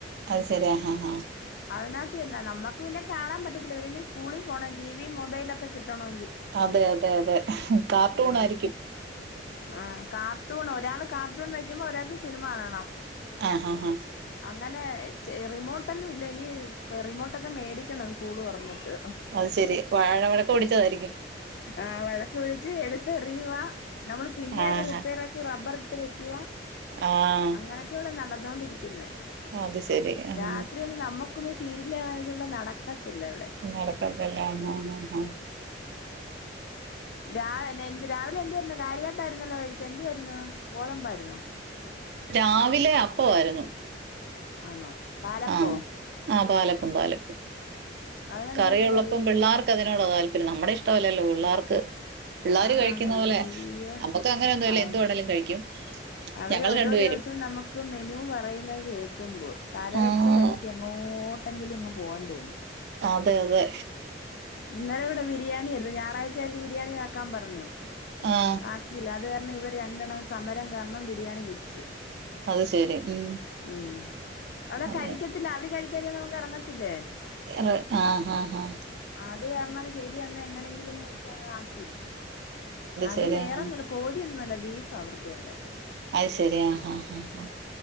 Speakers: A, on the right; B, on the left.
A: അത് സേരി ആഹ് ആഹ്
B: അതിനത്ത് തന്ന നമുക്ക് പിന്നെ കാണാൻ പറ്റത്തില്ല ഇവരിന്നി സ്കൂളി പോകണം ടി വിയും മൊബൈലോക്കെ കിട്ടണോങ്കി
A: അതെ അതെ അതെ കാർട്ടൂൺ
B: ഉം
A: ആരിക്കും
B: ആഹ് കാർട്ടൂൺ ഒരാള് കാർട്ടൂൺ വെക്കുമ്പോ ഒരാക്ക് സിനിമ കാണണം
A: ആഹ് ആഹ് ആഹ്
B: അങ്ങനെ റിമോട്ടൊന്നും ഇല്ല ഇനി റിമോട്ടൊക്കെ മേടിക്കണം സ്കൂള് തൊറന്നിട്ട്
A: അത് ശെരി വാഴ വഴക്ക് പിടിച്ചതാരിക്കും
B: ആഹ് വഴക്ക്പിടിച്ച് എടുത്ത്റിയുവാ നമ്മള് പിന്നെ
A: ആഹ
B: അത് റിപ്പേറാക്കി റബ്ബറി ട്ട് വെക്കുവാ
A: ആഹ്
B: അങ്ങനൊക്കാ ഇവടെ നടന്നോണ്ടിരിക്കുന്നെ
A: അത് ശരി ഉം
B: രാത്രി ഒന്ന് നമ്മക്കൊന്ന് സീരില്ക്കാണന്ന് വെച്ച നടക്കത്തില്ല ഇവടെ
A: നടക്കത്തല്ല ആഹ് ആഹ് ഉം
B: രാ എന്ത് രാവിലെ എന്ത് വരുന്നു കാര്യട്ടായിരുന്നല്ലോ കഴിച്ചെ എന്ത് വരുന്നു ഗോതമ്പാരുന്നോ?
A: രാവിലെ അപ്പാവാരുന്നു
B: ആന്നോ പാലപ്പോ
A: ആഹ് ആഹ് പാലപ്പം പാലപ്പം
B: അതിനെന്തുവാരുന്നു
A: കറിയൊള്ളപ്പം
B: കറി
A: പിള്ളാർ ക്കതിനോടാ താല്പര്യം നമ്മുടെ ഇഷ്ടവല്ലല്ലോ പിള്ളർക്ക് പിള്ളാര്കഴിക്കുന്നപോലെ
B: ആന്നാന്ന് അയ്യോ
A: നമ്മുക്ക് അങ്ങനെ ഒന്നുവില്ല
B: ആ
A: എന്ത് വേണെലും കഴിക്കും
B: അവര്
A: ഞങ്ങൾ
B: ഓരോ
A: രണ്ടുപേരും
B: ദിവസം നമ ക്ക് മെനു പറയുന്നത് കേക്കുമ്പോ തല
A: ആഹ്
B: വെച്ച വഴിക്ക് എങ്ങോട്ടെങ്കിലും അങ്ങ് പോവാൻ തോന്നും
A: അതെ അതെ
B: ഇന്നലെ ഇവടെ ബിരിയാണി ആരുന്നു ഞായറാഴ്ചകർക്ക് ബിരിയാണി ആക്കാൻ പറഞ്ഞു
A: ആഹ്
B: ആക്കില്ല. അത് കാരണം ഇവടെ രണ്ടെണ്ണം സമരം കാരണം ബിരിയാണി വെച്ചു
A: അത് ശെരി ഉം
B: ഉം അവര്
A: അതെ
B: കഴിക്കത്തില്ല അവര് കഴിക്കാതിരിക്കാ നമുക്ക് എറങ്ങത്തില്ലേ
A: ആഹ് ആഹ് ആഹ്
B: അത് കാരണം അത് ശരിയന്ന് എങ്ങനെങ്കിലുംന്ന് വെച്ചാ ആക്കി അത്
A: ശരി
B: വേറെ
A: ആഹ്
B: നില കോടിയൊന്നും വേണ്ട ബീഫാ അവർക്കു വേണ്ടെ
A: അത് ശരി ആഹ് ആഹ് ഹാ